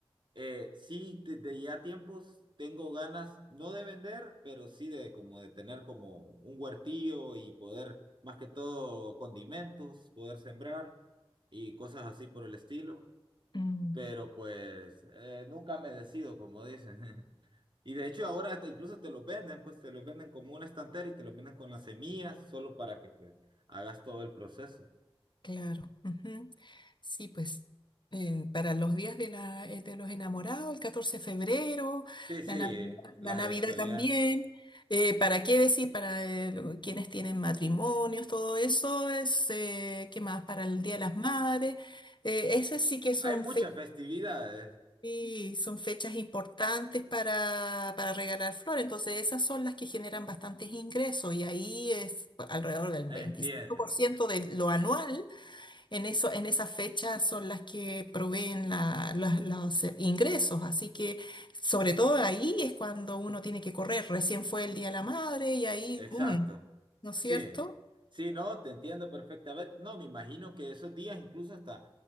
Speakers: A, on the right; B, on the left.
A: Eh, sí, desde ya tiempos tengo ganas, no de vender, pero sí de como de tener como un huertillo y poder, más que todo, condimentos, poder sembrar y cosas así por el estilo.
B: Mm,
A: Pero pues eh, nunca me decido, como dicen. <laughs> Y de hecho ahora hasta incluso te los venden, pues te los venden como una estantera y te los venden con las semillas, solo para que pues, hagas todo el proceso.
B: claro. ujú. Sí, pues eh, para los días de, la, eh, de los enamorados, el 14 de febrero,
A: Sí, sí,
B: la Navidad,
A: las
B: la Navidad
A: eventualidades.
B: también. Eh, ¿para qué decir? Para eh, lo- quienes tienen matrimonios, todo eso es, eh, ¿qué más? Para el Día de las Madres. Eh, esas sí que son
A: Hay muchas festividades,
B: Sí, son fechas importantes para, para regalar flores, entonces esas son las que generan bastantes ingresos y ahí es alrededor del
A: entienden.
B: veinticinco por ciento de lo anual, en eso, en esas fechas son las que proveen la- los, los ingresos, así que sobre todo ahí es cuando uno tiene que correr, recién fue el Día de la Madre y ahí,
A: Exacto.
B: mm, ¿no es cierto?
A: Sí, sí, no, te entiendo perfectamente. No, me imagino que esos días incluso hasta,